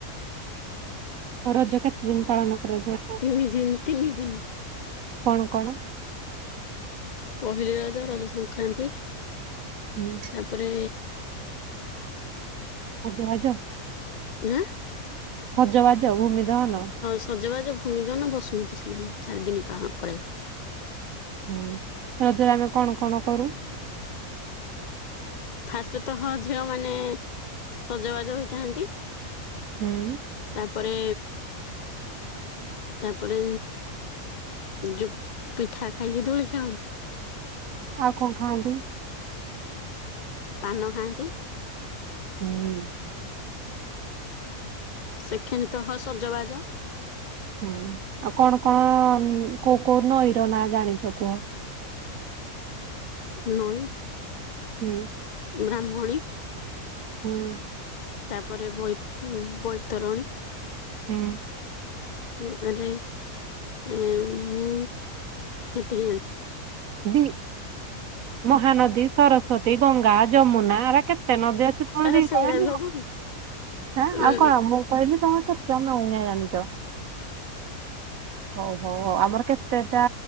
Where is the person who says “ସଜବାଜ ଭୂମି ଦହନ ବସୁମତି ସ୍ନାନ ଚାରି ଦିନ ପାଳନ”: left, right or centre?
Left